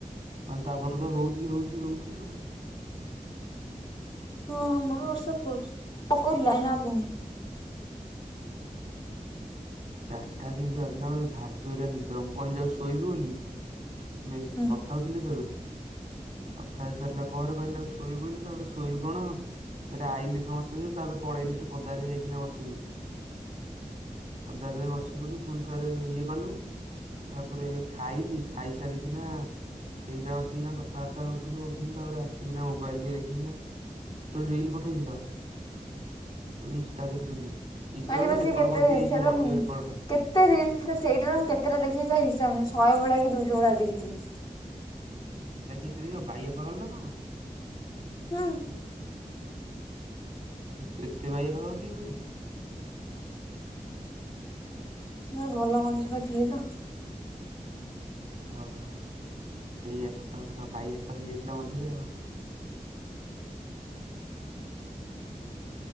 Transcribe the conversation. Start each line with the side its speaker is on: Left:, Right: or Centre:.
Right: ଆହଲେ ତାପରେ ତ ହଉଛି ହଉଛି ହଉଛି ଆଉ
Left: ହଁ ଆମର ବର୍ଷା ପକଉଛି ପକଉଥିଲା ଏ ନା ଆଉ ପକଉନି।
Right: ଚାରିଟା ଯେମିତି ବାଜିଲା ମୋତେ ଭାରି ଜୋରିଆ ନିଦ ମୁଁ କହିଲି ଆକୁ ଶୋଇବି ବୋଲି। ମି
Left: ହୁଁ
Right: କଥା ହଉଥିଲେ ତେଳୁ କଥା ହେଇସାରିଲା ପରେ କହିଲି ଯାଉଛି ଶୋଇବି ବୋଲି ତାପରେ ଶୋଇବି କଣ ଏଇଟା ଆଇଲେ ସମସ୍ତେ ତାପରେ ପଳେଇଲି ହେଠୁ ପଦାରେ ଯାଇକିନା ବସିଲୁ। ପଦାର ବସିଲୁ କି ଫୁଣି ଥରେ ଇଏ କଲୁ ତାପରେ ଖାଇଲି। ଖାଇ ସାରିକିନା ସେଇରା ବସିକିନା କଥାବାର୍ତ୍ତା ହଉଥିଲୁ ହଉଥିଲୁ ତାପରେ ଆସିକିନା ମୋବାଇଲ ଟିକେ ଦେଖିକିନା ଯେତଳେ ରିଲ ପଠେଇଥିଲ। ଇଷ୍ଟା ଦେଖୁଥିଲି ଇଷ୍ଟାରୁ
Left: ଆଜି ବସିକି
Right: ପା ରେକର୍ଡ
Left: କେତେ
Right: କରୁଥିଲି ଏଇ
Left: ସେଟା
Right: ଯୋଉ ଅଡିଓ ରେକର୍ଡଟା
Left: କେତେ ରିଲସ ସେଇଟା ରେ ମୁଁ କେତଟା ଦେଖିଚି ତା ହିସାବ ନହିଁ ଶହେ ଭଳିଆ କି ଦୁଇଶହ ଭଳିଆ ଦେଖିଥିବି।
Right: ସେଇଟା କିଏ ଏତେ ଦେଖିବ ବାଇଆ ପାଗଳ ନା କଣ?
Left: ହୁଁ
Right: ଏ ଏତେ ବାଇଆ ପାାଗଳ କିଏ ହୁଏ।
Left: ମୁଁ ଭଲ ମନିଷଟା ଥିଲି ତ
Right: ଓହୋ ସେଇୟା ସତ ସତ ବାଇୟା ତ ହେଇଯାଇଥିଲା ମଝିରେ ଆଉ